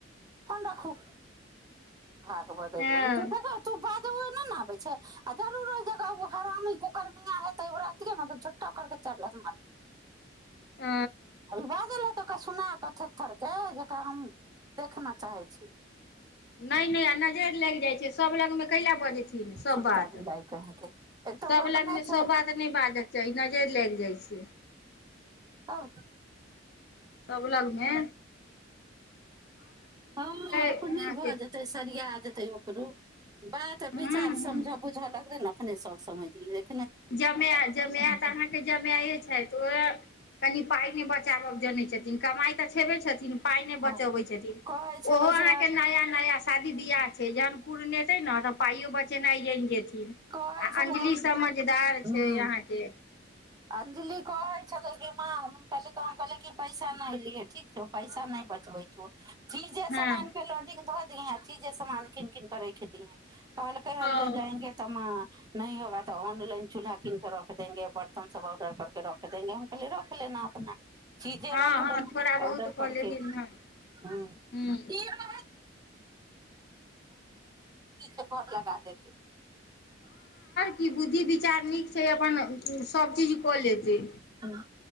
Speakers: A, on the right; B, on the left.
A: फन राखू आ बै
B: हँ
A: बदेखु बात ओ नहि ने आबै छै आ जरूर ओहि जगह हरानी कुकर मिय हेतै रहतियै ने तऽ झोटटा ओकर चारि लाख मारतियै
B: अ
A: अभी भाए गेल सुना कऽ छ्थर के जकरा हम देखना चाहै छी
B: न न आ नजरिर लागि जाय छै सब लग में कला बजैत छै सब
A: कुत्ता
B: बात
A: बिलाइ कहींके एक तऽ
B: सब
A: ओ अपने
B: लग मे
A: छै
B: सब बात नहि बाजै छै नजरि लाग जाइ छै ज
A: हँ
B: सब लागमे
A: हँ अपने
B: अहाँके
A: भऽ जेतै सरिया देतै ओकरो बात
B: हूँ
A: विचार
B: हूँ
A: समझऽ बुझऽ लगतै ने सब समय दिलैथ
B: जमाय जमय तऽ अहाँके जमाायए छै तऽ ओएह कनि पाइ नहि बचाबके जनै छथिन कमाइ तऽ छेबे छथिन पाय नै बचबै
A: हँ,
B: छथिन
A: कहै छलै
B: ओहो अहाँ
A: से
B: कें नया नया शादी बियाह छै जहन पुर नेतै ने तऽ पाइो बचेनाइ जानि जेतै
A: कहै
B: आ
A: छलै
B: अंजलि
A: हम
B: समझ ठेदार
A: हँ
B: छै यहाँके
A: अंजलि कहै छलै कि माँ कहल कहलिय कि पैसा नहि लिे ठीक छौ पैसा नहि बचबै छौ चीजे
B: हँ
A: सामान कें लोंडीग भ सेहा अ चीजे सान कीन कीनऽ राइख दिहीं कहलकै हन
B: हँ
A: जे जाएंगे तमा न होगाऽ ऑनलाइन चूल्हा कीनके रख देंगे ब हम सब ऑर्डर करके रखे देंगे हम कहली रख लेना अपना चीजे
B: हँ
A: रख देलहु
B: हँ थोड़ा
A: पाउडर
B: बहुत कऽ
A: कर
B: लेथिन
A: के
B: हँ
A: <unintelligible>
B: हूँ
A: त घर लगा देत
B: कि बुद्धि विचार नीक छै अपन सभ चीज कऽ लेतै
A: ह